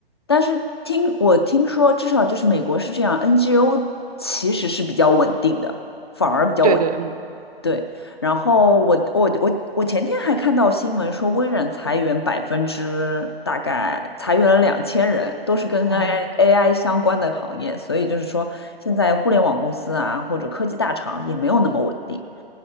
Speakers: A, on the left; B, on the right.
A: 但是听我听说，至少就是美国是这样，NGO 其实是比较稳定的，反而比较稳，
B: 对对，嗯。
A: 对，然后我我我我前天还看到新闻说，微软裁员百分之大概裁员了两千人，都是跟
B: 哦，
A: AI AI 相关的行业，所以就是说，现在互联网公司啊或者科技大厂也没有那么稳定。